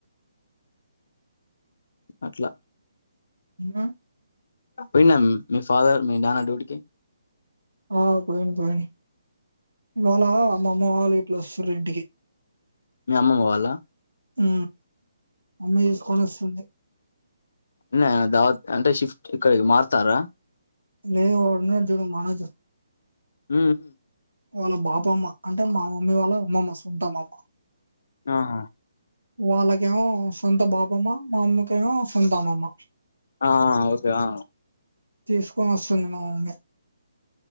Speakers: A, on the left; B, on the right.
A: అట్లా
B: ఉ
A: పోయిండ మీ ఫాదర్ మీ నాన్న డ్యూటికి
B: ఆ పోయింది పోయింది ఇవాళ అమ్మమ్మ వాళ్ళు గిట్ల వస్తూర్రు ఇంటికి
A: మీ అమ్మమ్మ వాళ్ళ
B: ఉ మమ్మీ తీసుకొని వస్తుంది
A: అన్నయ్య దావత్ అంటే షిఫ్ట్ ఇక్కడికి మారుతారా
B: లేదు వాడు ఉన్నాడు జూడు మనోజ్
A: ఉ ఉ
B: వాళ్ళ బాపమ్మ అంటే మా మమ్మీ వాళ్ళ అమ్మమ్మ సొంతం మాకు
A: ఆహా
B: వాళ్ళకేమో సొంత బాపమ్మ మా అమ్మకేమో సొంత అమ్మమ్మ
A: ఆ ఓకే ఆ
B: తీసుకొని వస్తుంది మా మమ్మీ